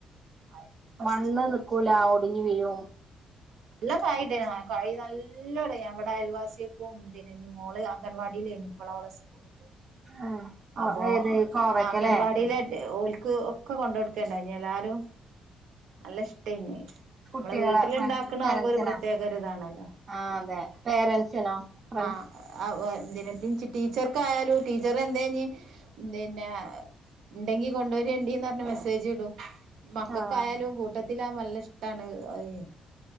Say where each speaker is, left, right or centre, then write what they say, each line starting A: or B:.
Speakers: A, on the right; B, on the right.
A: ആയി ഫസ്റ്റില്
B: മണ്ണ് നിക്കൂല ഒടിഞ് വീഴും
A: നല്ലാം കായിണ്ടായിനി ഞാൻ കഴി നല്ലോ കായിടേനു <unintelligible> കായി കായി നല്ലോ ഞാ ഇവിടെ അയൽ വാസ്യേക്കും പിന്നെ മോള് അംഗൻവാടിയിലേനി ഇപ്പള അവളെ സ്കൂള് ചേർത്തി
B: ആഹ്
A: അപ്പൊ
B: ഏത് കോവക്കല്ലേ
A: അംഗൻവാടിയിലെ <unintelligible> ഓല്ക് ക്ക് ഒക്കെ കൊണ്ടയ് കൊടുക്കല്ണ്ടായിനി എല്ലാരും നല്ല ഇഷ്ടേനി
B: കുട്ടികളെ
A: നമ്മള് വീട്ടില്ണ്ടാക്ക
B: ഫ്രണ്ട്സ്
A: ഇന്നാകൊര്
B: പേരൻസിനാ
A: പ്രേത്യേക ഒരു ഇതാണല്ലോ
B: ആഹ് അതെ പേരൻസിനോ
A: <unintelligible>
B: ഫ്രണ്ട്സ്
A: ആഹ് <unintelligible> ടീച്ചർക്കായാലു ടീച്ചറെന്തേ ഞ് പിന്നെ ഇണ്ടെങ്കി കൊണ്ടേരണ്ടീന്ന് അറ്ഞ്ഞ് മെസ്സേജ് ഇടും മക്കക്കായാലും
B: ആഹ്
A: കൂട്ടത്തിലാവുമ്പ നല്ല ഇഷ്ടാണ് തായേ